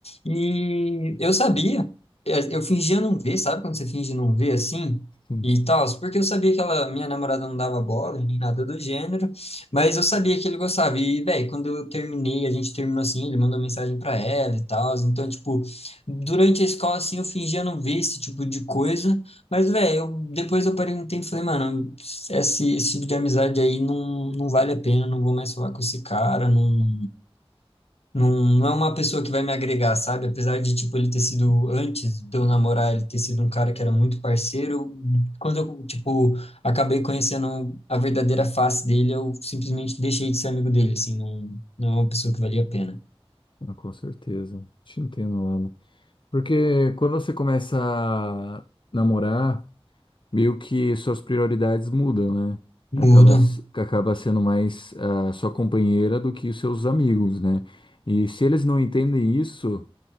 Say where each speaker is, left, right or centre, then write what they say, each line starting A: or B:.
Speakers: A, on the left; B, on the left.
A: E eu sabia, eu eu fingia não ver, sabe quando você finge não ver, assim?
B: sim.
A: E tal, porque eu sabia que ela, minha namorada não dava bola, nem nada do gênero, mas eu sabia que ele gostava. E, velho, quando eu terminei, a gente terminou assim, ele mandou mensagem pra ela e tal. Então, tipo, durante a escola, assim, eu fingia não ver esse tipo de coisa. Mas, velho, eu, depois eu parei um tempo e falei, mano, esse, esse tipo de amizade aí não, não vale a pena, não vou mais falar com esse cara, não, não, não é uma pessoa que vai me agregar, sabe? Apesar de, tipo, ele ter sido, antes de eu namorar, ele ter sido um cara que era muito parceiro, quando eu, tipo, acabei conhecendo a verdadeira face dele, eu simplesmente deixei de ser amigo dele, assim, não, não é uma pessoa que valia a pena.
B: Ah, com certeza. Te entendo, mano. Porque quando você começa a namorar. meio que suas prioridades mudam, né?
A: Mudo,
B: Acaba, se- acaba sendo mais a sua companheira do que os seus amigos, né? E se eles não entendem isso,